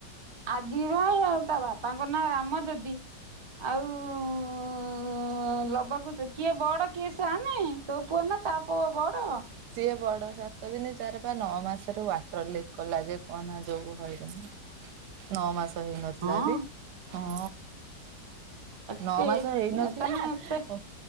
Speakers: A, on the right; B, on the right.
A: ଆ ଦି ଭାଇ ଆଉ ତା ବାପାଙ୍କ ନାଁ ରାମ ଯଦି ଆଉ ଉଁ ଲବ କୁଶ କିଏ ବଡ କିଏ ସାନେ ତୋ ପୁଅ ନା ତା ପୁଅ ବଡ?
B: ସିଏ ବଡ ସାତ ଦିନ ତାର ପା ନଅ ମାସ ରୁ ୱାଟର ଲିକ କଲା ଯେ କହନା ଯୋଉ ହଇରାଣ। ନଅ ମାସ ହେଇନଥିଲା
A: ହଁ
B: ଟି ହଁ।
A: ଏତେ
B: ନଅ ମାସ ହେଇନଥିଲା
A: ତାନେ ଏତେ
B: ଓ